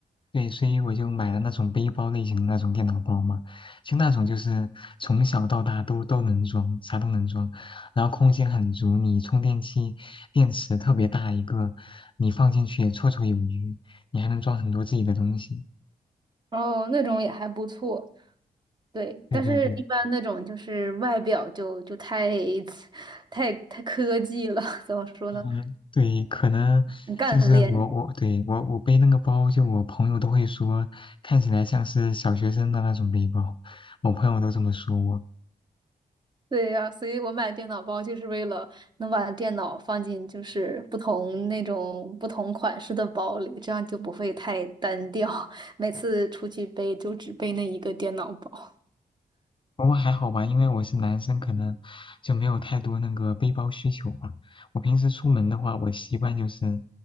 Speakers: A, on the left (about 30°); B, on the right (about 25°).
A: 对，所以我就买了那种背包类型的那种电脑包嘛，就那种就是从小到大都都能装，啥都能装，然后空间很足，你充电器、电池特别大一个，你放进去也绰绰有余，你还能装很多自己的东西。
B: 然后那种也还不错。对，
A: 对对对，
B: 但是一般那种就是外表就就太 <laughs> 太太科技了，怎么说呢？
A: 嗯，对，可能就是我我对我我背那个包，
B: 很干练。
A: 就我朋友都会说看起来像是小学生的那种背包，我朋友都这么说我，
B: 对呀，所以我买电脑包就是为了能把电脑放进就是不同那种不同款式的包里，这样就不会太单调，<laughs> 每次出去背就只背那一个电脑包。
A: 不过还好吧，因为我是男生，可能就没有太多那个背包需求吧。我平时出门的话，我习惯就是